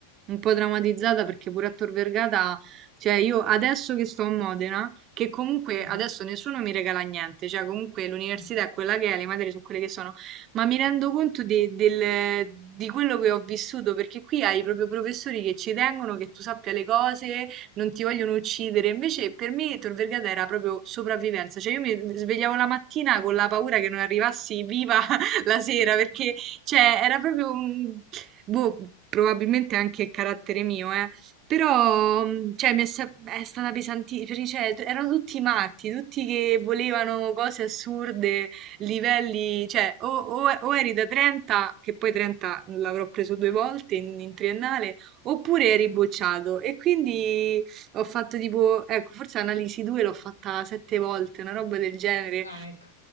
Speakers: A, on the right; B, on the left.
A: un po' drammatizzata perché pure a Tor Vergata, cioè io adesso che sto a Modena, che comunque
B: Mhm,
A: adesso nessuno mi regala niente, cioè comunque l'università
B: mhm.
A: è quella che è, le materie sono quelle che sono, ma mi rendo conto de- del- di quello che ho vissuto, perché qui hai proprio professori che ci tengono, che tu sappia le cose, non ti vogliono uccidere. Invece per me Tor Vergata era proprio sopravvivenza, cioè io mi svegliavo la mattina con la paura che non arrivassi viva <laughs> la sera, perché cioè era proprio un- boh, probabilmente anche carattere mio, eh. Però, mh, cioè, mi è, sa- è stata pesantissima, cioè, t- erano tutti matti, tutti che volevano cose assurde, livelli, cioè, o, o- o eri da 30, che poi 30 l'avrò preso due volte in, in triennale, oppure
B: <laughs>
A: eri bocciato. E quindi ho fatto tipo, ecco, forse analisi 2 l'ho fatta sette volte, una roba del genere.
B: Ah, ecco.